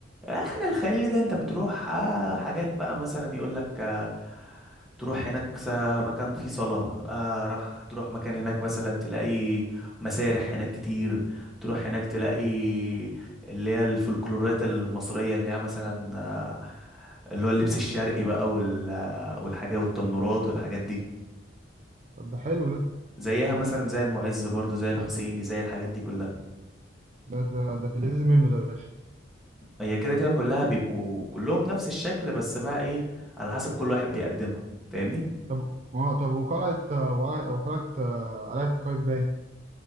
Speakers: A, in the centre; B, on the right (about 35°).
A: آه، خان الخليلي ده انت بتروح آه حاجات بقى مثلا يقول لك آه تروح هناك س- مكان فيه صلاة آه راح تروح مكان هناك مثلا تلاقي مسارح هناك كتير تروح هناك تلاقي اللي هي الفولكلورات المصرية اللي هي مثلا آه اللي هو اللبس الشرقي بقى وال- آه، والحاجات والتنورات والحاجات دي
B: طب ده حلو ده
A: زيها مثلا زي المعز برضو زي الحسيني زي الحاجات دي كلها
B: ده ده, ده في اللذيذ منه ده يا باشا
A: هي كده كده كلها بيبقوا كلهم نفس الشكل بس بقى ايه على حسب كل واحد بيقدمها فاهمني
B: طب اه طب وقلعه آه، وقلعه وقلعه آه، قلعه قايتباي